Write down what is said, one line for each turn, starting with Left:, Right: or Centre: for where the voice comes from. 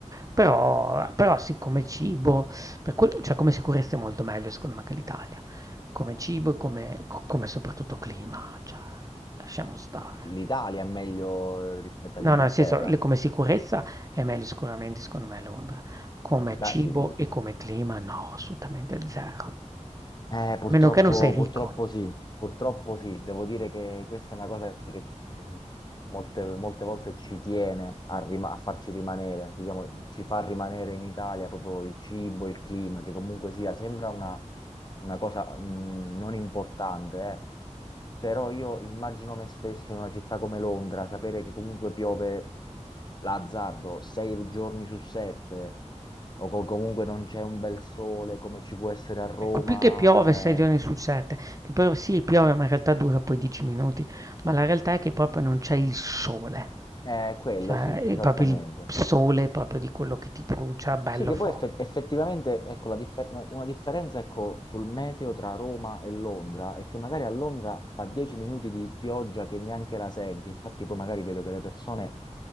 Right: Però, però sì, come cibo, per quel- cioè come sicurezza è molto meglio secondo me che l'Italia, come cibo e come, co- come soprattutto clima, cioè lasciamo stare.
Left: l'Italia è meglio rispetto
Right: No,
Left: all'Inghilterra.
Right: no, nel senso, le- come sicurezza è meglio sicuramente secondo me Londra, come cibo
Left: Ah, sì, sì.
Right: e come clima no, assolutamente zero.
Left: Eh, purtroppo,
Right: A meno che non sei ricco.
Left: purtroppo sì, purtroppo sì, devo dire che questa è una cosa che mh, molte, molte volte ci tiene a, rima- a farci rimanere, diciamo, ci fa rimanere in Italia proprio il cibo, il clima, che comunque sia, sembra una, una cosa mh, non importante, eh. Però io immagino me stesso in una città come Londra, sapere che comunque piove l'azzardo sei giorni su sette, o co- comunque non c'è un bel sole come ci può essere a Roma,
Right: Ecco, più che piove
Left: eh,
Right: sei giorni su sette, che poi sì piove ma in realtà dura poi 10 minuti, ma la realtà è che proprio non c'è il sole.
Left: eh, è quello,
Right: Cioè,
Left: sì,
Right: ehm,
Left: esattamente.
Right: proprio il sole, proprio di quello che ti brucia bello
Left: Sì, che
Right: forte.
Left: poi effe- effettivamente ecco, la differ- una differenza ecco, sul meteo tra Roma e Londra è che magari a Londra fa 10 minuti di pioggia che neanche la senti, infatti poi magari vedo che le persone